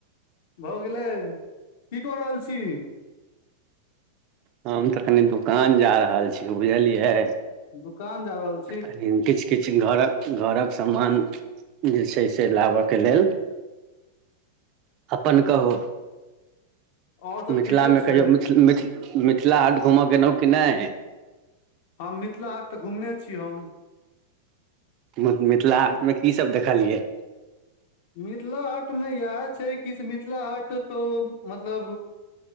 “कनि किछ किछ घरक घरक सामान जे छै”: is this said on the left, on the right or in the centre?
Right